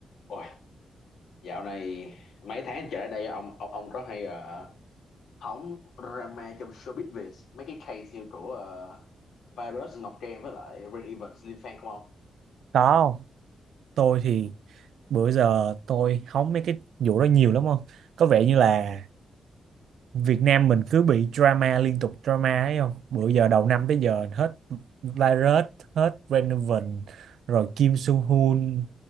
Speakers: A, on the left; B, on the right.
A: Ôi, dạo này mấy tháng trở lại đây ông ông ông rất hay ờ, hóng drama trong showbiz Việt mấy cái case như của ờ, Virus Ngọc Trang với lại Rain Evans Liêm Phan không ông?
B: Có không? Tôi thì bữa giờ tôi hóng mấy cái vụ đó nhiều lắm không? Có vẻ như là Việt Nam mình cứ bị drama liên tục drama ấy không? Bữa giờ đầu năm tới giờ hết Virus, hết Renovan, rồi Kim Soo Hyun,